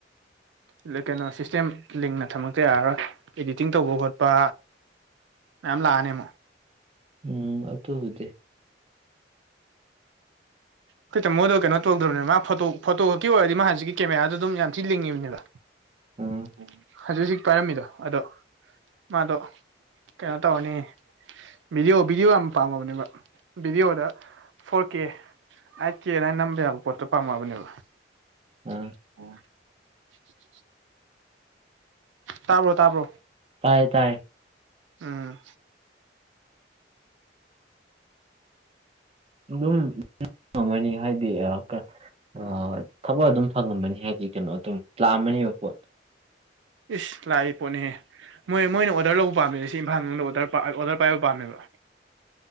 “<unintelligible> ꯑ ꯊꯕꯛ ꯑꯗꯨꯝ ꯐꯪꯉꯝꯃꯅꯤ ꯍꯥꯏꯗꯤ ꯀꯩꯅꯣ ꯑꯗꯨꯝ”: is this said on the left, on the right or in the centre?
Right